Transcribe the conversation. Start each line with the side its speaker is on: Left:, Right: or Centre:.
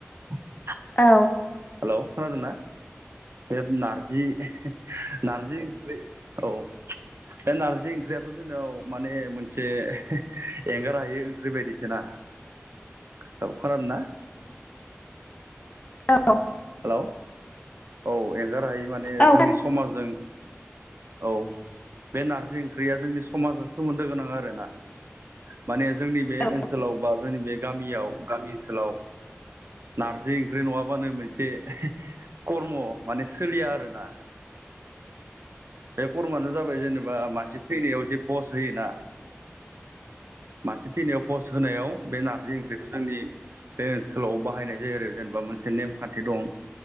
Right: औ
Left: औ
Right: हेल' खोनादोंना बे नारजि नारजि ओंख्रि औ बे नारजि ओंख्रियाथ' जोंनियाव माने मोनसे एंगार हायो ओंख्रि बायदिस ना हेलौ खोनादोंना
Left: औ
Right: हेल' औ एंगार हायि माने
Left: औ
Right: जोंनि समाजजों औ बे नारजि ओंख्रिया जोंनि समाजजों सोमोन्दो गोनां आरोना माने जोंनि
Left: खोनादों
Right: बे
Left: औ
Right: ओनसोलाव बा जोंनि बे गामियाव गामि ओनसोलाव नारजि ओंख्रि नङाबानो मोनसे जे कर्म माने सोलिया आरोना बे खरमानो जाबाय जेनेबा बा मानसि थैनायाव जे पस होयोना- मानसि थैनायाव पस्ट होनायाव बे नारजि ओंख्रिखौ जोंनि बे ओनसोलाव बाहायनाय जायो आरो जेनेबा मोनसे से नेमखान्थि दं